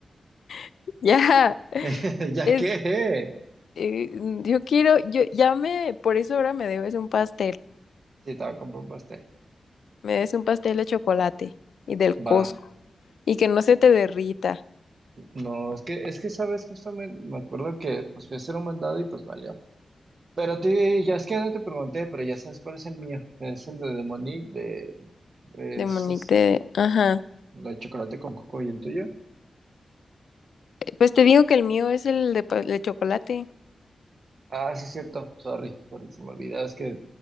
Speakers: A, on the left; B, on the right.
A: <laughs> Ya,
B: <laughs> Ya
A: es,
B: que,
A: eh, yo quiero, yo ya me, por eso ahora me debes un pastel.
B: si estaba con un pastel,
A: me des un pastel de chocolate y del
B: va.
A: Costco y que no se te derrita
B: No, es que, es que sabes, justamente me acuerdo que pues fui a hacer un mandado y pues valió. Pero te, ya es que no te pregunté, pero ya sabes cuál es el mío. Es el de Demonic, de, es,
A: de Monique
B: es
A: de... Ajá.
B: la de chocolate con coco y el tuyo.
A: Pues te digo que el mío es el de, pa- de chocolate.
B: Ah, sí, es cierto. Sorry, sorry, se me olvidó. Es que